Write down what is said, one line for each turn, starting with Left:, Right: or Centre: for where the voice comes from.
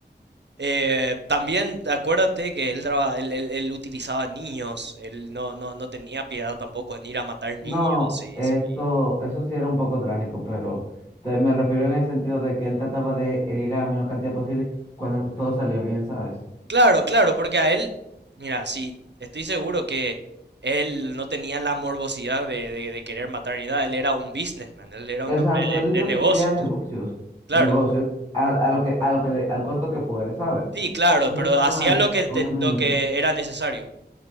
Right: eh, también acuérdate que él, traba- él, él- él utilizaba niños, él no, no, no tenía piedad tampoco en ir a matar niños,
Left: No,
Right: sí,
Left: esto,
Right: sí.
Left: eso sí era un poco trágico, pero te- me refiero en el sentido de que él trataba de herir a menor cantidad posible cuando todo salía bien, ¿sabes?
Right: Claro, claro, porque a él, mira, sí, estoy seguro que él no tenía la morbosidad de, de- de querer matar ni nada, él era un businessman, él era
Left: Exacto,
Right: un hombre
Left: él
Right: de, de
Left: lo
Right: negocios,
Left: que quería era negocios,
Right: claro,
Left: negocios, a, a lo que, a lo que, al costo que fuere, ¿sabes?
Right: sí, claro,
Left: Eso
Right: pero
Left: está
Right: hacía
Left: mal,
Right: lo que,
Left: obviamente.
Right: ten- lo que era necesario,